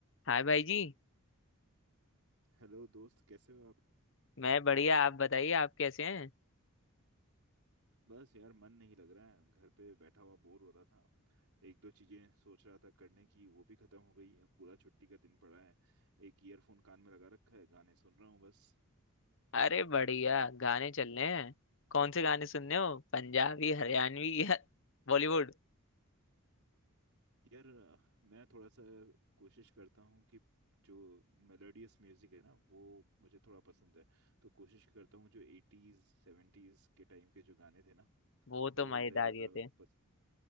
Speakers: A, on the left (about 60°); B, on the right (about 80°).
A: हाय भाई जी
B: Hello दोस्त कैसे हो आप
A: मैं बढ़िया आप बताइए आप कैसे हैं
B: बस यार मन नहीं लग रहा है घर पे बैठा हुआ बोर हो रहा था एक दो चीजें सोच रहा था करने की वो भी खत्म हो गई अब पूरा छुट्टी का दिन पड़ा है एक ईयरफोन कान में लगा रखा है गाने सुन रहा हूँ बस
A: अरे बढ़िया गाने चल रहे हैं कौन से गाने सुनने हो पंजाबी हरियाणवी या बॉलीवुड
B: यार अ, मैं थोड़ा सा कोशिश करता हूँ कि जो मेलोडियस म्यूजिक है ना वो मुझे थोड़ा पसंद है तो कोशिश करता हूँ जो एटीज सेवेंटीज के टाइम के जो गाने थे ना
A: वो
B: वो
A: तो मजेदार
B: वाले ज्यादा
A: ही थे
B: पस,